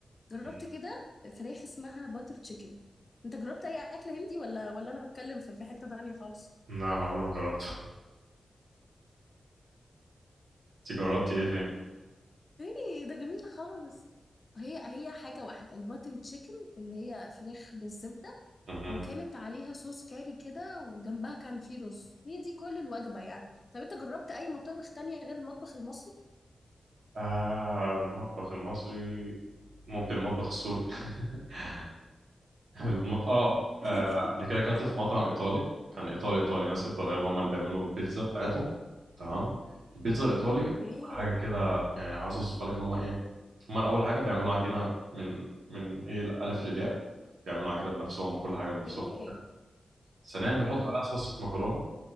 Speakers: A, on the left; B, on the right.
A: جربت
B: م-
A: كده فراخ اسمها باتر تشيكن انت جربت اي اكل هندي ولا ولا انا بتكلم في في حته تانية خالص
B: لا انا عمري ما جربته <laughs> انت جربتي ايه
A: ايه ده جميل خالص هي هي حاجه واحده الباتر تشيكن اللي هي فراخ بالزبده
B: فيه
A: وكانت عليها صوص كاري كده وجنبها كان في رز هي دي كل الوجبة يعني طب انت جربت اي مطابخ تانية غير المطبخ المصري؟
B: آه المطبخ المصري ممكن المطبخ السوري <laughs> المط... آه, اه
A: <laughs>
B: قبل كده اكلت في مطعم ايطالي كان ايطالي ايطالي ناس ايطاليين اللي هم اللي بيعملوا البيتزا بتاعتهم تمام البيتزا الايطالي
A: اوكي
B: حاجه كده يعني عاوز اوصفها لك اللي هم ايه هم الاول حاجه بيعملوا عجينه من من ايه الالف للياء بيعملوا عجينه بنفسهم وكل حاجه بنفسهم
A: اوكي
B: ثانيا بيحطوا
A: امم
B: عليها صلصه مكرونه